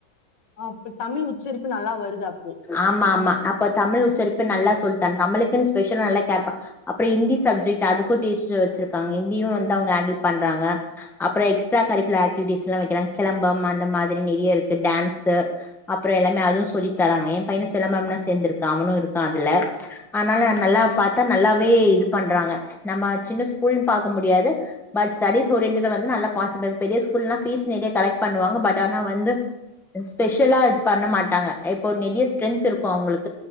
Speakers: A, on the left; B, in the centre.
A: ஆஹ் தமிழ் உச்சரிப்பு நல்லா வருது அப்போ
B: ஆமா ஆமா அப்ப தமிழ் உச்சரிப்பு நல்லா சொல்லி தர தமிழுக்கு ஸ்பெஷல் நல்லா கேர் பண்ணி அப்புறம் ஹிந்தி சப்ஜெக்ட் ஹிந்தி லிஸ்ட் வச்சிருக்காங்க ஹிந்தியும் வந்து ஹேண்டில் பண்றாங்க அப்புறம் எக்ஸ்டா கலர்கலர் ஆக்டிவிட்டீஸ் எல்லாம் வைக்கிறாங்க சிலம்பம் அந்த மாதிரி நிறைய இருக்கு டான்ஸ் அப்புறம் எல்லாமே அதுவும் சொல்லி தராங்கே என் பையனு சிலம்பம்லா சேர்ந்திருக்கு அவனும் இருக்கா அதுல ஆனாலு நல்லாவே பார்த்தா நல்லாவே இது பண்றாங்க நம்ம சின்ன ஸ்கூல் பாக்கா முடியாது பட் சர்வீஸ் ஓரியண்டல் வந்து நல்ல கான்ஸ்டிடல் பெரிய ஸ்கூல்ல பீஷ் நெறைய கலைட்பன்னுவாங்க பட் ஆன வந்து ஸ்பெலா பண்ண மாட்டாங்க இப்ப நிறைய ஸ்ட்ரென்த் இருக்கும் அவங்களுக்கு